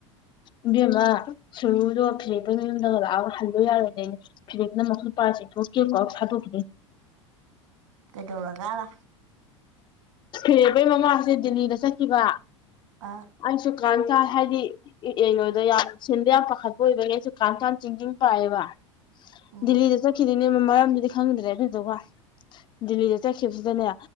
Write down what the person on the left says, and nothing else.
ꯏꯕꯦꯝꯃ ꯁꯨꯔꯨꯗꯣ ꯐꯤꯔꯦꯄꯒꯤ ꯌꯨꯝꯗꯒ ꯂꯥꯛꯑꯣꯒ ꯍꯟꯂꯣ ꯌꯥꯔꯣꯏ ꯐꯤꯔꯦꯅ ꯃꯈꯁꯨ ꯄꯁꯤꯦ ꯊꯣꯛꯣꯛꯀꯦꯀꯣ ꯊꯥꯗꯣꯛꯈꯤꯗꯦ
ꯑꯦꯕꯩ ꯃꯃꯥꯁꯦ ꯗꯗꯤꯜꯂꯤꯗ ꯆꯠꯈꯤꯕ
ꯑꯩꯁꯨ ꯀ ꯀꯥꯟ ꯍꯥꯏꯗꯤ ꯀꯩꯅꯣꯗ ꯌꯥꯝ ꯁꯤꯟꯗ ꯌꯥꯝ ꯄꯥꯈꯠꯄ ꯑꯣꯏꯕꯅꯦꯁꯨ ꯀ ꯀꯥꯟ ꯆꯤꯡꯖꯤꯡ ꯄꯥꯏꯑꯦꯕ
ꯗꯤꯜꯂꯤꯗ ꯆꯠꯈꯤꯗꯅꯦ ꯃꯔꯝꯗꯨꯗꯤ ꯈꯪꯗ꯭ꯔꯦ ꯑꯗꯨꯗꯨꯒ ꯗꯤꯜꯂꯤꯗ ꯆꯠꯈꯤꯕꯁꯤꯗꯅꯦ